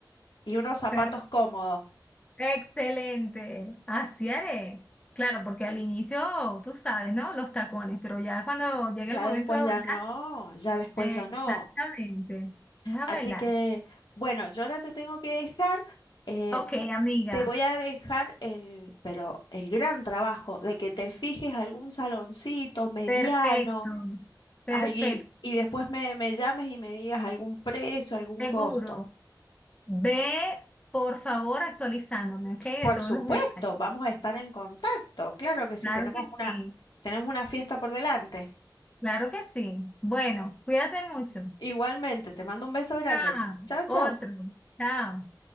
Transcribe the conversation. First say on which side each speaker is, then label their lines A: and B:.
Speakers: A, on the left (about 70°); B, on the left (about 15°).
A: y unos zapatos
B: eh,
A: cómodos.
B: excelente. Así haré. Claro, porque al inicio, tú sabes, ¿no? Los tacones, pero ya cuando llegue
A: Ya
B: el momento
A: después
B: de
A: ya
B: bailar,
A: no, ya después
B: exactamente.
A: ya no.
B: Deja
A: Así
B: bailar.
A: que, bueno, yo ahora te tengo que dejar, eh,
B: Ok, amiga.
A: te voy a dejar el, pero el gran trabajo de que te fijes algún saloncito mediano,
B: Perfecto. Perfecto.
A: algui- y después me, me llames y me digas algún precio, algún
B: Seguro.
A: costo.
B: Ve, por favor, actualizándome, ¿ok? De
A: Por
B: todos
A: supuesto,
B: los detalles.
A: vamos a estar en contacto. Claro que sí,
B: Claro
A: tenemos
B: que
A: una,
B: sí.
A: tenemos una fiesta por delante.
B: Claro que sí. Bueno, cuídate mucho.
A: Igualmente, te mando un beso grande.
B: Chao.
A: Chao, chao.
B: Otro. Chao.